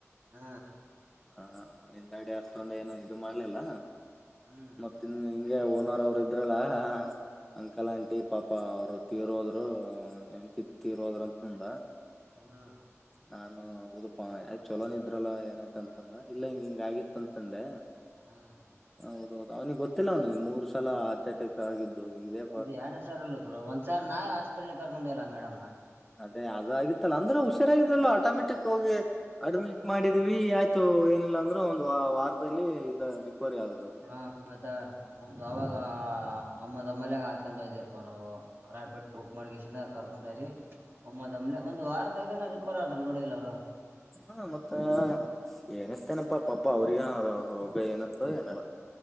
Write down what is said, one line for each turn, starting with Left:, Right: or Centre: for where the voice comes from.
Right: ಹ್ಮ
Centre: ಹ ಿಂದಾಡಿ ಅಷ್ಟೊಂದ ಏನು ಇದು ಮಾಡ್ಲಿಲ್ಲ
Right: ಹ್ಮ್
Centre: ಮತ್ತ ಹಿಂಗೆ ಒ ಅವರು ಇದ್ರಲ್ಲ ಅಂಕಲ್ ಆಂಟಿ ಪಾಪ ಅವರು ತೀರೋದ್ರು ಹೆಂಡತಿ ತೀರೋದ್ರ ಅಂತ ನಂದ
Right: ಹ್ಮ್
Centre: ನಾನು ಹೌದುಪ್ಪ ಚಲೋ ಇದ್ರಲ್ಲ ಏನ ಅಂತಂದ ಇಲ್ಲ ಹಿಂಗ ಹಂಗ ಹಿಂಗಾಗಿತ್ತು ಅಂತ ಅಂದೆ
Right: ಹ್ಮ್
Centre: ಹೌದು ಹೌದು ಗೊತ್ತಿಲ್ಲ ಅವನಿಗೆ ಮೂರು ಸಲ ಅಟ್ಯಾಕ್ ಆಗಿದ್ದು ಇದೇ
Right: ಇದು ಎರಡನೇ ಸರಲ್ಲರು ಬ್ರೋ ಒಂದ್ ಸಾರ್ ನಾನೇ ಹಾಸ್ಪಿಟ್ಲ್ ಕರ್ಕೊಂಡ್ ಹೋಗ್ಲಿ ಮೇಡಮ್ನ.
Centre: ಅದೇ ಅದಾಗಿತ್ತಲ್ಲಾ ಅಂದ್ರೆ ಹುಷಾರಾಗಿದ್ರಲ್ಲ ಆಟೋಮೆಟಿಕ್ ಹೋಗಿ ಅಡ್ಮಿಕ್ ಮಾಡಿದೀವಿ ಆಯ್ತು ಏನಿಲ್ಲಾ ಅಂದ್ರೆ ಒಂದು ವಾರದಲ್ಲಿ ಇದ. ರಿಕವರಿ ಆದ್ರರು
Right: ಹ ಮತ್ತ ಒಂದು ಆವಾಗ. ಹ್ಹ ಅಮ್ಮದೊಮ್ಮಲೆಗ ಹಾಕೊಂಡು ಓದುವಪ್ಪ ನಾವು ರಾಪಿಡ್ ಬುಕ್ ಮಾಡ ಕರ್ಕೊಂತ ಇದ್ವಿ ಒಮ್ಮೆಲೆ ಒಮ್ಮೇಲೆ ಒಂದು ವಾರದಾಗನೇ ರಿಕವರಿ ಅದ್ರು ನೋಡಿದಿಲ್ಲ ಅವ್ರು.
Centre: ಹಾ ಮತ್ತ ಏನಿತ್ತೇನಪ್ಪಾ ಪಾಪ ಅವ್ರಿಗ ರೋಗ ಏನತ್ತೋ ಏನಲ್ಲ.